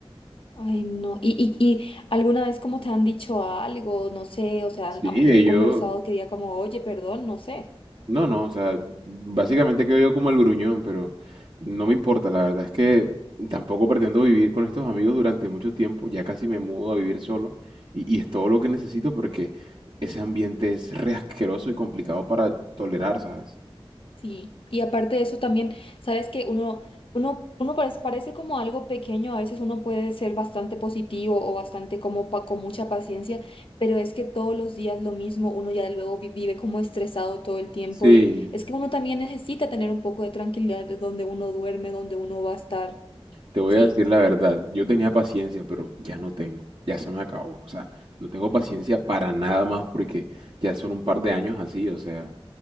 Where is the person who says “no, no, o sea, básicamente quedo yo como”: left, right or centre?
Right